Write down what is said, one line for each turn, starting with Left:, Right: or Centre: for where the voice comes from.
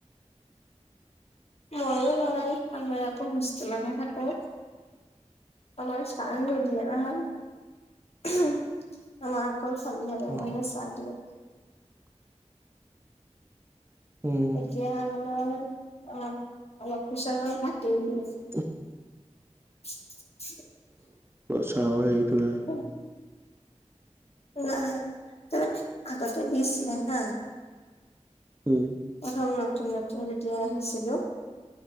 Left: ময়ো নাই আমি আকৌ সুস্থ্ত লগা থাকো আমাৰ সানান হ দিয় ন আমাৰ কল খালি হ
Right: অ
Left: মেশ চালীয়ে
Right: উম
Left: এতিয়া আমাৰ অ অলপ খোচাৰৰ হাট উল আছে
Right: ত
Left: <inaudible>
Right: চাহৰ হেৰিটো নাই
Left: উ নাই ত মানে আগতে দিচ নে হা
Right: হম
Left: প্ৰথম নতুন নতুন যেতিয়া আহিছিলো